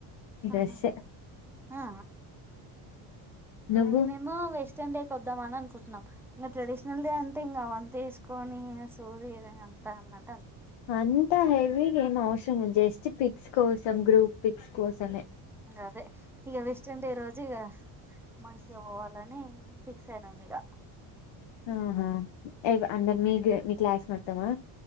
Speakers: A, on the left (about 65°); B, in the centre.
A: దెస్
B: ఆహా. ఆ
A: నువ్వు
B: మేముమ వ ఎస్ట్ డేకి వద్దామ అని అనుకుంటున్నాం ట్రెడిషనల్ డే అంటే ఇంకా అవన్న తీసుకొని సూది అంత అ
A: అంతా హెవీ గ ఏం అవసరం జస్ట్ పిక్స్ కోసం గ్రూప్ పిక్స్ కోసమే
B: అదే ఇక వెస్ట్ అండే రోజు ఇక మనిషిగా పోవాలని ఫిక్స్ యి నవీగ
A: ఆహా అందరు మీ మీ క్లాస్ మొత్తమా